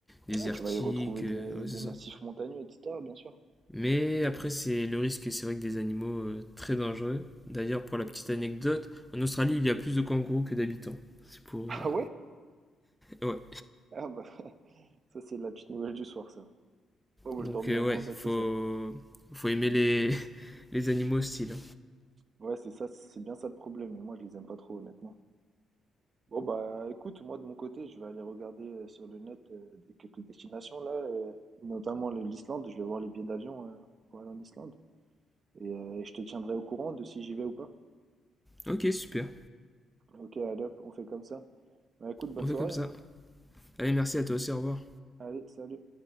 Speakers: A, in the centre; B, on the right.
A: désertiques.
B: Ouais, tu vas y retrouver
A: euh,
B: des,
A: ouais,
B: des
A: c'est ça.
B: massifs montagneux, et cetera Bien sûr. <laughs>
A: Mais après, c'est le risque, c'est vrai que des animaux euh, très dangereux. D'ailleurs, pour la petite anecdote, en Australie, il y a plus de kangourous que d'habitants. C'est pour.
B: Ah
A: euh, <laughs>
B: ouais?
A: Ouais.
B: Ah bah, <laughs> ça c'est la petite nouvelle du soir, ça. Ouais, moi
A: Donc
B: je dormirai
A: euh,
B: moins
A: ouais, faut,
B: bête ce soir.
A: faut aimer les, <laughs> les animaux hostiles.
B: Ouais, c'est ça, c'est bien ça le problème. Et moi, je les aime pas trop, honnêtement. Bon bah, écoute, moi de mon côté, je vais aller regarder euh, sur le net euh, des- quelques destinations là, euh, notamment le- l'Islande. Je vais voir les billets d'avion euh, pour aller en Islande. Et, euh, et je te tiendrai au courant de si j'y vais ou pas.
A: Ok, super.
B: Ok, allez hop, on fait comme ça. Bah, écoute, bonne
A: On
B: soirée,
A: fait comme ça.
B: hein.
A: Allez, merci à toi aussi, au revoir.
B: Allez, salut.